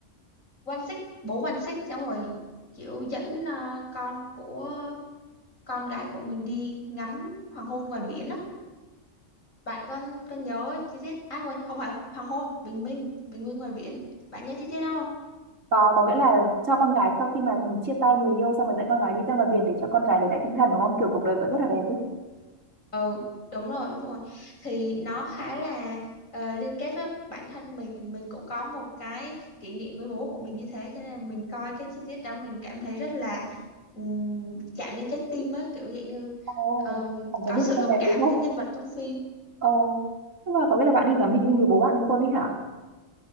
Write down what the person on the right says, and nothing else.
Có, có nghĩa là cho con gái sau khi mà chia tay người yêu xong rồi dẫn con gái đi ra ngoài biển để cho con gái đấy lại tinh thần đúng không? Kiểu cuộc đời vẫn rất là đẹp ấy.
Ồ,
bạn có
biết
con
này
đúng không?
Ồ, nhưng mà có nghĩa là bạn đi ngắm bình minh với bố bạn với con đấy hả?